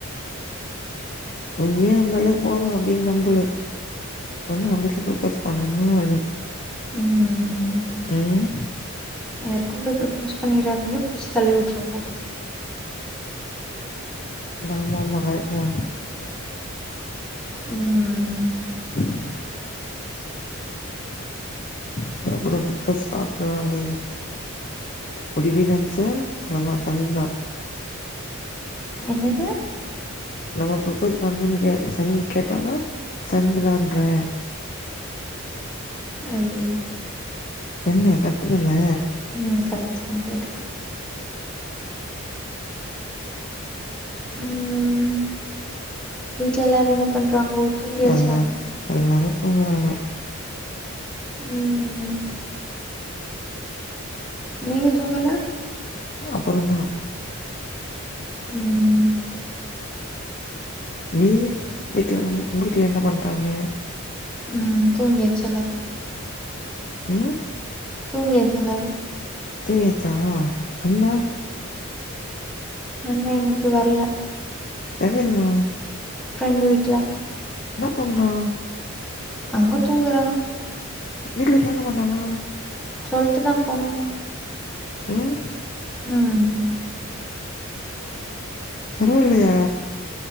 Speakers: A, on the left; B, in the centre.
A: உண்மையா இருந்தாலே போது அப்டின்னு நம்பலே ஒண்ணு அப்படிதா ப்ரப்போஸ் பண்ணனு நானு
B: ம்
A: ம்
B: யாருக்கு போய் ப்ரோப்போஸ் பண்ணிறாதீங்க புடிச்சு தள்ளி உட்டுருவாங்கோ
A: ஆமாமா கரட்தா
B: ம்
A: ஹ <inaudible> <unintelligible> ப்ரோப்போஸ் பாப்பல நீ அப்டி இப்டி நென்ச்ச அவ்ளோதா சங்கு தா
B: என்னது
A: நம்ம ப்ரோப்போஸ் பண்ணுன் நீ கேட் சங்கு கேட்டோன்னா சங்கு தான்றே
B: அய்யோ
A: என்னே கரட்டுதான்னே
B: ம் கரெக்ட்தா கரெக்ட்தா ம் வீட்ல எல்லாரு என்ன பண்றாங்கோ தூங்கியாச்சா
A: எல்லாரு எல்லாரு தூங்கறாங்க
B: ம் நீங்க தூங்கல
A: நா அப்புறோ தா
B: ம் ம்
A: நீ வீட்ல நம் உங்க வீட்ல என்ன பண்றாங்க
B: ம் தூங்கியாச்சு எல்லாரு
A: ம்
B: தூங்கியாச்சு எல்லாரு
A: தூங்கியச்சா அண்ணா
B: அண்ண இன்னைக்கி வரல
A: எங்கருக்குறா
B: ஃப்ரெண்டு வீட்ல
A: என்ன பண்றா
B: அங்க தூங்குறா
A: வீட்ல கேக்க மாட்டாங்க
B: சொல்ட்டு தா போனா
A: ம்
B: ம்
A: பரவால்லையே